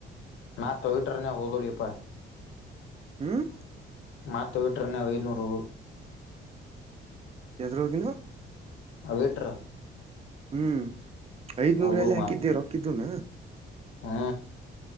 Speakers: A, on the left; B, on the right.
A: ನಾ ಟೊಯಟ್ರನೆ ಹೋಗದಲೇಪ
B: ಹ್ಮ್
A: ಮತ್ತ ಟೊಯಟ್ರಾನ್ಯಾಗ್ ಐನೂರು
B: ಎದ್ರ ಹೋಗಿನು
A: ಅವೇಟ್ರ
B: ಹ್ಮ್ ಐದ್ನೂರ
A: ಹೌದು
B: ಎಲಿ ಹಾಕಿದ್ದಿ ರೊಕ್ಕಿದ್ವನ.
A: ಹಾ